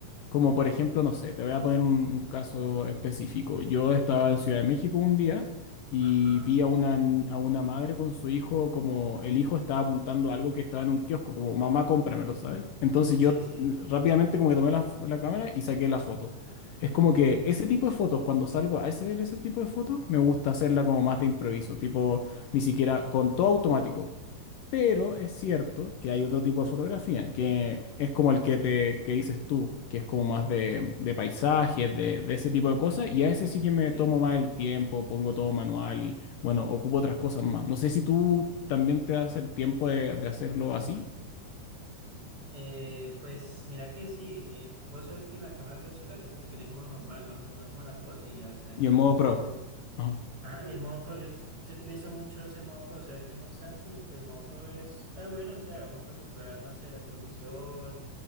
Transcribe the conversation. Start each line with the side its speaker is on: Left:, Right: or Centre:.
Left: como por ejemplo, no sé, te voy a poner un, un caso específico. Yo estaba en Ciudad de México un día y
Right: ajá,
Left: vi a una, n- a una madre con su hijo, como el hijo estaba apuntando algo que estaba en un kiosco, como mamá, cómpramelo, ¿sabes? Entonces
Right: sí,
Left: yo
Right: sí,
Left: mm, rápidamente como que tomé la, fo- la cámara y saqué la foto. Es como que ese tipo de fotos, cuando salgo a hacer ese tipo de fotos, me gusta hacerla como más de improviso, tipo ni siquiera con todo automático. Pero es cierto que hay otro tipo de fotografía, que es como el que te que dices tú, que es como más de, de paisajes, de, de ese tipo de cosas, y a ese sí que me
Right: sí.
Left: tomo más el tiempo, pongo todo manual y bueno, ocupo otras cosas más. No sé si tú también te das el tiempo de, de hacerlo así
Right: Eh, pues mira que sí, eh, vos sabes que en las cámaras de los celulares pues viene el modo normal, ¿no? Que uno toma la foto y ya, o sea, el
Left: y
Right: celular
Left: en modo
Right: como
Left: pro.
Right: que haces
Left: Ajá.
Right: Ah, y el modo Pro, yo sí sí utilizo mucho ese modo Pro, o sea, yo tengo un Samsung y pues el modo Pro es- está bueno, o sea, uno puede controlar, no sé, la exposición,